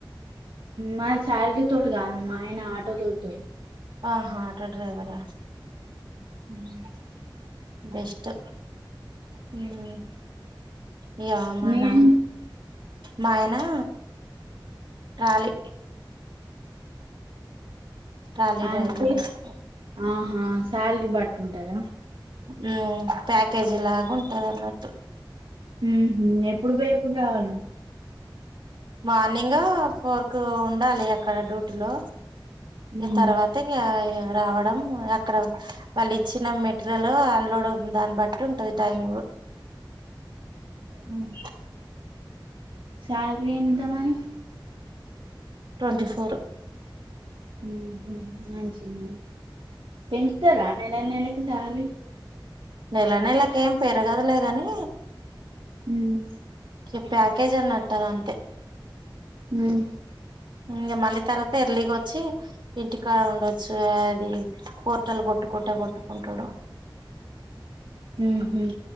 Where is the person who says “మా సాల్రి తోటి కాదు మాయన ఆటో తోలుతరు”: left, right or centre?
Right